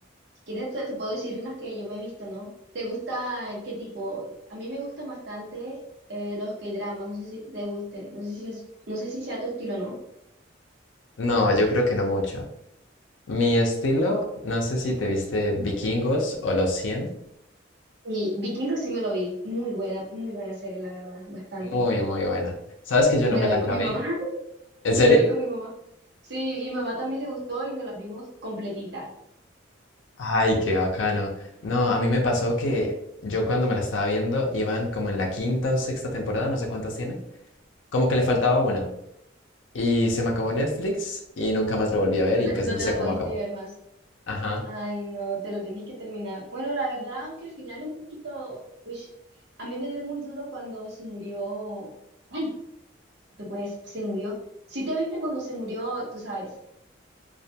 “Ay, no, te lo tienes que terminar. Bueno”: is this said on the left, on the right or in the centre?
Right